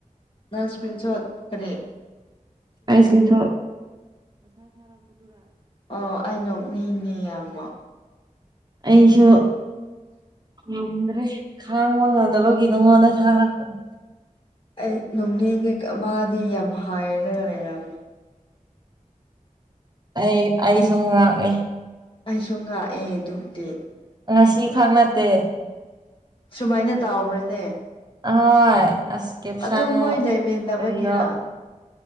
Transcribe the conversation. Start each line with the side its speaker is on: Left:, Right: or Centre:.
Left: ꯅꯪ ꯏꯁꯀꯔꯤꯟꯁꯣꯠ ꯀꯔꯤ
Right: ꯑꯩ ꯏꯁꯀ꯭ꯔꯤꯟꯁ‌ꯣꯠ
Left: ꯑꯣ ꯑꯩꯩ ꯅꯣꯛꯅꯤꯡꯉ‌ꯦ ꯌꯥꯝꯃꯣ
Right: ꯑꯩꯁꯨ ꯉꯝꯗ꯭ꯔꯦ ꯈꯥꯡꯕ ꯉꯝꯗꯕꯒꯤ ꯅꯪꯉꯣꯟꯗ ꯁꯥꯔꯛꯄꯅꯦ
Left: ꯑꯩ ꯅ‌ꯣꯛꯅꯤꯡꯉ‌ꯦ ꯀ ꯃꯥꯗꯤ ꯌꯥꯝ ꯍꯥꯏꯔ ꯂꯩꯔꯝꯃꯤ
Right: ꯑꯩ ꯑꯩ ꯁꯨꯡ ꯉꯥꯛꯑꯦ
Left: ꯑꯩ ꯁꯨ ꯉꯥꯛꯑꯦ ꯑꯗꯨꯕꯨꯗꯤ
Right: ꯉꯁꯤ ꯈꯛ ꯅꯠꯇ‌ꯦ
Left: ꯁꯨꯃꯥꯏꯅ ꯇꯥꯎꯕ꯭ꯔꯅꯦ
Right: ꯑꯍꯣꯏ ꯑꯁ ꯀꯦꯞꯁꯥꯅꯣ
Left: ꯑꯗꯨꯝ ꯃꯣꯏ ꯂꯩꯃꯦꯟꯕꯒꯤꯔ
Right: ꯀꯔꯤꯌꯣ